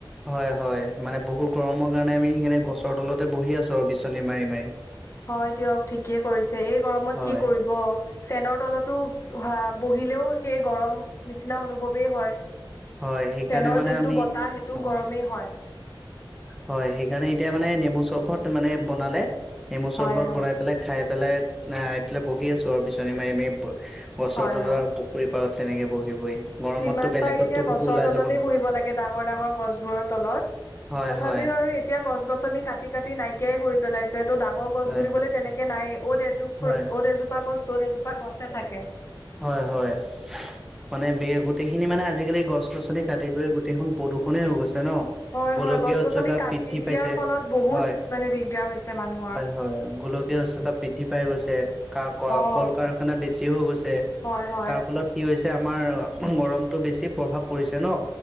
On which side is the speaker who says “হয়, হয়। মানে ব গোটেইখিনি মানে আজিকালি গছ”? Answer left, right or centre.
Centre